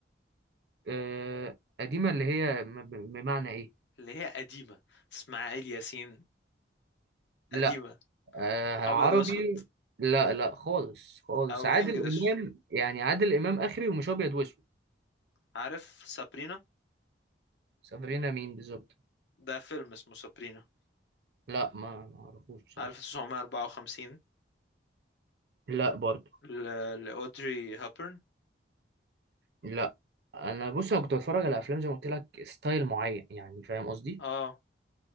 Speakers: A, on the right (about 65°); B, on the left (about 75°).
A: آه قديمه اللي هي م- ب- بمعنى ايه
B: اللي هي قديمه اسماعيل ياسين
A: لا
B: قديمه
A: آه عربي
B: ابيض واسود
A: لا لا خالص خالص
B: او
A: عادل
B: انجلش
A: امام يعني عادل امام اخري ومش ابيض واسود
B: عارف سابرينا
A: سافرينا مين بالظبط
B: ده فيلم اسمه سابرينا
A: لا ما ما اعرفوش بصراحه
B: 1954
A: لا برضه
B: ل- لاودري هابرن
A: لا انا بص انا كنت بتفرج على افلام زي ما قلت لك ستايل معين يعني فاهم قصدي
B: اه